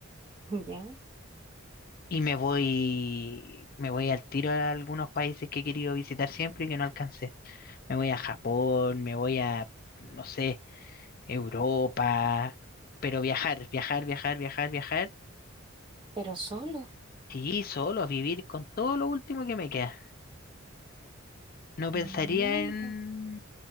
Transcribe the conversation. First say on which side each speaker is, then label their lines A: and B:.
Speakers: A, on the right; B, on the left.
A: ya,
B: Y me voy, me voy al tiro a algunos países que he querido visitar siempre y que no alcancé. Me voy a Japón, me voy a, no sé, Europa, pero viajar, viajar, viajar, viajar, viajar
A: pero solo.
B: y solo a vivir con todo lo último que me queda. No pensaría
A: Mira.
B: en...